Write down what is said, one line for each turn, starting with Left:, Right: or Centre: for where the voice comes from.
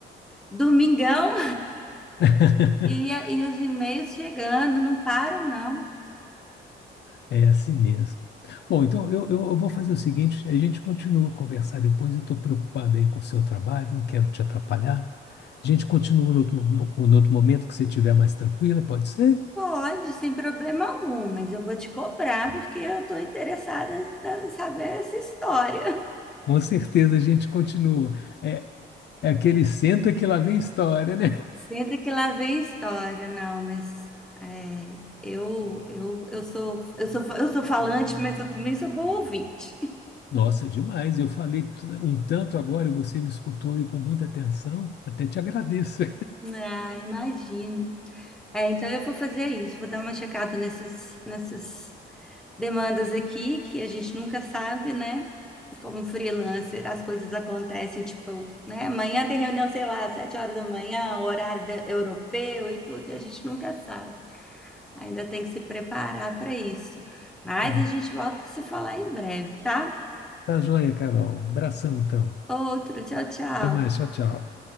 Centre: Domingão.
Left: <laughs>
Centre: E, a- e os e-mails chegando, não param, não.
Left: É assim mesmo. Bom, então eu, eu, eu vou fazer o seguinte: a gente continua a conversar depois. Eu estou preocupado aí com o seu trabalho, não quero te atrapalhar. A gente continua no outro, mo- no outro momento que você estiver mais tranquila, pode ser?
Centre: Pode, sem problema algum, mas eu vou te cobrar porque eu estou interessada em em saber essa história.
Left: Com certeza a gente continua. É, é aquele senta que lá vem história, né?
Centre: <laughs> Senta que lá vem história, não, mas é, eu, eu, eu sou, eu sou, eu sou falante, mas eu também sou boa ouvinte.
Left: Nossa, demais. Eu falei t- um tanto agora e você me escutou e com muita atenção. Até te agradeço.
Centre: Ah, imagino. É, então eu vou fazer isso, vou dar uma checada nesses, nessas demandas aqui que a gente nunca sabe, né? Como freelancer, as coisas acontecem, tipo, né? Amanhã tem reunião, sei lá, sete horas da manhã, horário da- europeu e tudo, e a gente nunca sabe. Ainda tem que se preparar para isso. Mas
Left: <laughs>
Centre: a gente volta a se falar em breve, tá?
Left: Tá joia, Carol. Abração, então.
Centre: Outro, tchau, tchau.
Left: Até mais. Tchau, tchau.